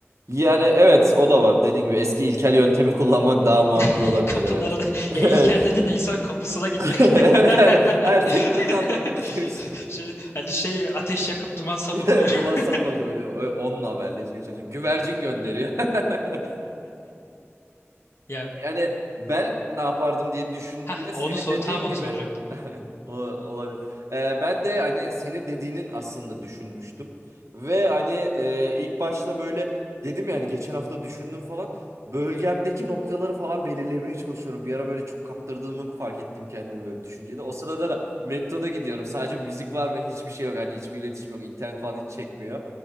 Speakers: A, on the right; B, on the left.
A: Yani evet o da var. Dediğin gibi eski ilkel yöntemi kullanmak daha makul
B: <laughs>
A: olabilir
B: Kapılarına
A: evet. <laughs>
B: ya
A: Evet.
B: İlker dediğin de insan kapısına gitmek.
A: <laughs> Evet, hani
B: <laughs>
A: hayır teknoloji anlamında demiştim.
B: Şey, hani şey ateş yakıp duman savurmuyor.
A: <laughs> Duman
B: <laughs>
A: salmaca öyle, öyle onunla haberleşiyor çocuk. Güvercin gönderiyor. <laughs>
B: Ya
A: Yani ben ne yapardım diye düşündüğümde
B: heh,
A: senin
B: onu sor
A: dediğin
B: tam onu
A: gibi
B: soracaktım.
A: <laughs> o olabilir. Ee, ben de hani senin dediğinin aslında düşünmüştüm. Ve hani e, ilk başta böyle dedim yani geçen hafta düşündüm falan. Bölgemdeki noktaları falan belirlemeye çalışıyorum. Bir ara böyle çok kaptırdığımı fark ettim kendimi böyle düşüncede. O sırada da metroda gidiyorum. Sadece müzik var ve hiçbir şey yok. Hani hiçbir iletişim yok. İnternet falan hiç çekmiyor.